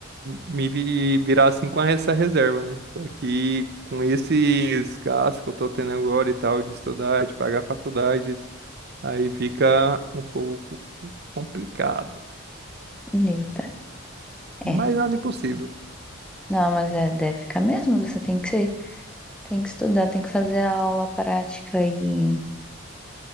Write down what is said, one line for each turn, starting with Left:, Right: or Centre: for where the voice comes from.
Right: me vi- virar assim com essa reserva, né? Só que com esses gastos que eu tô tendo agora e tal, de estudar, de pagar faculdade. Aí fica um pouco complicado,
Centre: Eita,
Right: mas
Centre: é.
Right: nada impossível.
Centre: Não, mas é, deve ficar mesmo, você tem que ser, tem que estudar, tem que fazer a aula prática e,